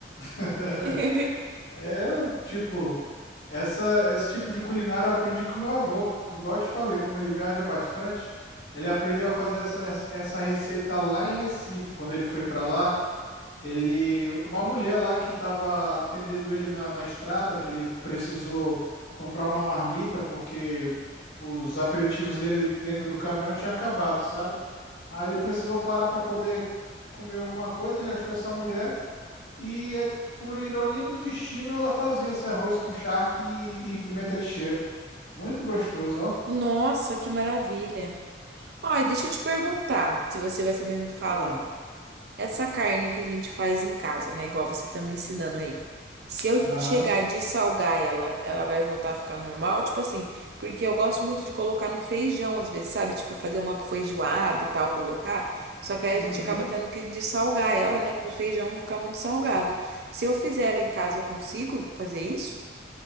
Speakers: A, on the left; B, on the right.
A: <laughs>
B: <laughs>
A: É, tipo, essa, esse tipo de culinária eu aprendi com meu avô, igual eu te falei, como ele viaja bastante, ele aprendeu a fazer essa, essa receita lá em Recife, quando ele foi para lá, ele, uma mulher lá que estava atendendo ele na, na estrada, que ele precisou comprar uma marmita porque os aperitivos dele dentro do caminhão tinham acabado, sabe? Aí ele precisou parar para poder comer alguma coisa, ele achou essa mulher e, eh, por ironia do destino, ela fazia esse arroz com charque e, e pimenta de cheiro. Muito gostoso, ó.
B: Nossa, que maravilha. Olha, deixa eu te perguntar, se você vai saber me falar.
A: Ah,
B: Essa carne que a gente faz em casa, né? Igual você tá me ensinando aí. Se eu
A: Aham.
B: chegar de salgar ela, ela vai voltar a ficar normal? Tipo assim, porque eu gosto muito de colocar no feijão às vezes, sabe? Tipo, fazer uma feijoada e tal, colocar. Só que aí
A: Uhum.
B: a gente acaba tendo que dessalgar ela, né? Para o feijão não ficar muito salgado. Se eu fizer ela em casa, eu consigo fazer isso?